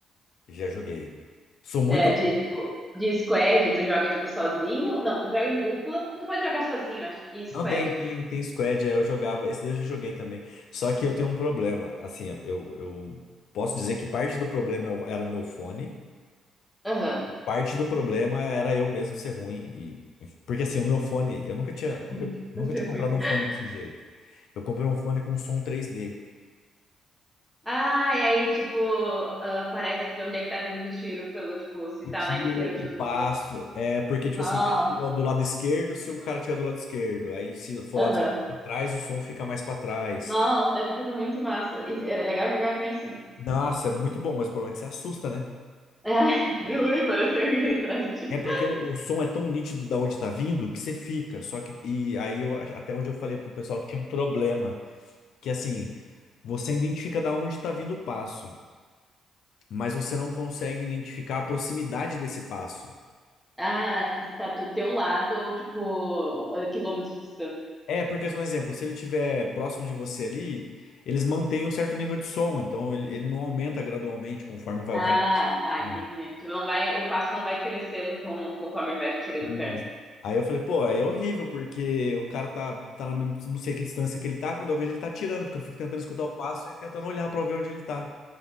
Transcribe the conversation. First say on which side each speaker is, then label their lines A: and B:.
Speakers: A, on the left (about 70°); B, in the centre.
A: Já joguei. Sou muito.
B: É, de, tipo, de squad, tu joga, tipo, sozinho. Não, tu joga em dupla. Tu pode jogar sozinho, acho. E squad.
A: Não, tem, tem, tem squad, é, eu jogava. Esse daí eu já joguei também. Só que eu tenho um problema. Assim, ó, eu, eu posso dizer que parte do problema é o- era o meu fone.
B: Aham.
A: Parte do problema era eu mesmo ser ruim. E, porque assim, o meu fone, eu nunca tinha, nunca,
B: <laughs>
A: nunca
B: Você
A: tinha
B: é
A: comprado
B: muito.
A: um fone desse jeito. Eu comprei um fone com som 3D.
B: Ah, e aí, tipo, ah, aparece de onde é que tá vindo o tiro, pelo, tipo, se
A: O
B: tá
A: tiro,
B: na esquerda,
A: o
B: tu
A: passo.
B: escuta.
A: É porque, tipo
B: Nossa.
A: assim, ele ativa do lado esquerdo se o cara tiver do lado esquerdo. Aí, se for
B: Aham.
A: lado esquerdo pra trás, o som fica mais pra trás.
B: Nossa, deve ter sido muito massa. E era legal jogar com esse
A: Nossa, é muito bom, mas o problema é que você assusta, né?
B: Ah, <laughs> ui, parece alguém atrás de ti.
A: É porque o, o som é tão nítido da onde tá vindo que você fica. Só que. E aí, eu, ach- até onde eu falei pro pessoal que tinha um problema. Que assim, você identifica da onde tá vindo o passo, mas você não consegue identificar a proximidade desse passo.
B: Ah, tipo, se tá do teu lado ou, tipo, a quilômetros de distância.
A: É, porque, assim, um exemplo, se ele estiver próximo de você ali, eles mantêm um certo nível de som, então ele, ele não aumenta gradualmente conforme vai
B: Ah,
A: o cara.
B: tá,
A: Não.
B: entendi. Tipo, não vai, o passo não vai crescendo com, conforme ele vai chegando
A: Isso.
B: perto.
A: Aí eu falei, pô, é horrível, porque o cara tá, tá na mesma, não sei que distância que ele tá, quando eu vejo ele tá tirando, porque eu fico tentando escutar o passo e tentando olhar pra ver onde ele tá.